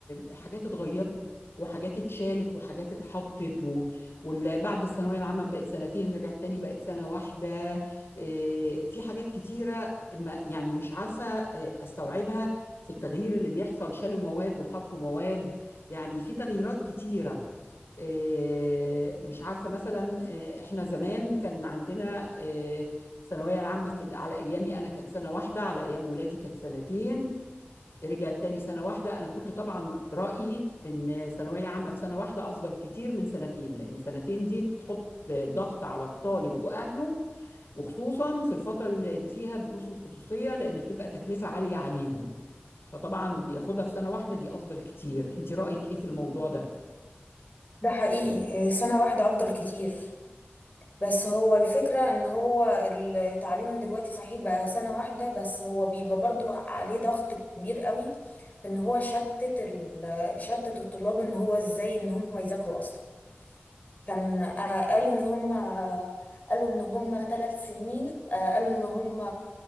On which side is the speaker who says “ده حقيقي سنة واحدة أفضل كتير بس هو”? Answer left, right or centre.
Left